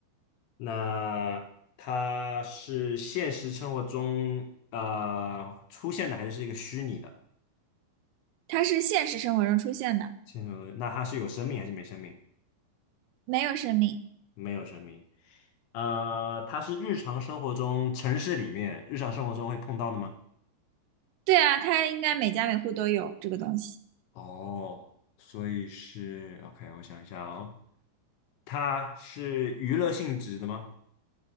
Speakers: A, on the left; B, on the right.
A: 那它是现实生活中呃出现的，还是一个虚拟的？
B: 它是现实生活中出现的，
A: 现实生活中那它是有生命还是没生命？
B: 没有生命。
A: 没有生命。呃，它是日常生活中城市里面日常生活中会碰到的吗？
B: 对啊，它应该每家每户都有这个东西。
A: 哦，所以是 OK，我想一下哦，它是娱乐性质的吗？